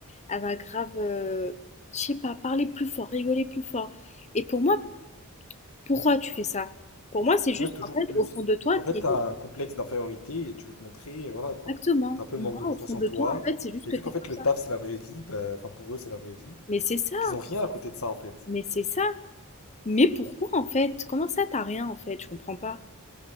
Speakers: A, on the left; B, on the left.
A: elle va grave, euh, je sais pas, parler plus fort, rigoler plus fort. Et pour moi, pourquoi tu fais ça? Pour moi, c'est juste,
B: Ouais, toujours
A: en fait,
B: plus.
A: au fond de toi,
B: En fait,
A: t'es...
B: t'as un complexe d'infériorité et tu veux te montrer, et voilà
A: Exactement.
B: quoi. T'as un peu
A: Pour
B: manque
A: moi,
B: de confiance
A: au fond
B: en
A: de
B: toi.
A: toi, en fait, c'est juste
B: Et
A: que
B: vu
A: t'es
B: qu'en
A: comme
B: fait, le
A: ça.
B: taf, c'est la vraie vie, bah, enfin, pour eux, c'est la vraie vie,
A: Mais c'est ça,
B: qu'ils ont rien à côté de ça, en fait.
A: mais c'est ça. Mais pourquoi en fait? Comment ça t'as rien en fait? Je comprends pas.